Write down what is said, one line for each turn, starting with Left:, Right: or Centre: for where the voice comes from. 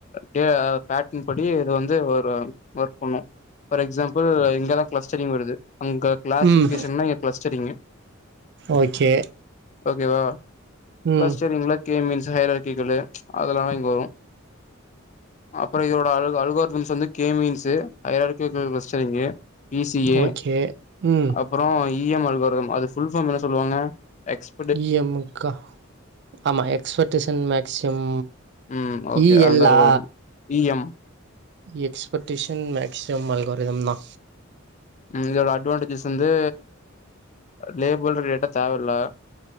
Left: டே ஆ பேக்கிங் படி இது வந்து ஒரு ஒர்க் பண்ணு ஃபார் எக்ஸாம்பிள் இங்கெல்லா க்ளஸ்டடிங் வருது அங்க கிளாசிபிகேஷன்னா
Right: ம்.
Left: இங்க க்ளஸ்டடிங்கு
Right: ஓகே
Left: ஓகேவா
Right: ம்
Left: க்ளஸ்டடிங்ல கே மீன்ஸ் ஹையர்க் கீ டூலே அதெல்லா தா இங்க வரு அப்றோ இதோட அல் அல்கார் மீன்ஸ் வந்து K means <unintelligible> clustering P C A
Right: okay ம்
Left: அப்றோ இ எம் அல்காரிதம் அது ஃபுல் ஃபார்ம் என்ன சொல்லுவாங்க எக்ஸ்
Right: இ எம் முக்கா ஆமா எக்ஸ்பெக்டேஷன் மேக்சிம்
Left: ம் ஓகே
Right: இ எல்
Left: அந்த
Right: லா
Left: algorithm E M
Right: expectation maxim algorithm தா
Left: ம் இதோட அட்வான்டேஜஸ் வந்து லேபிள்ல் ரீலேட்டா தேவல்ல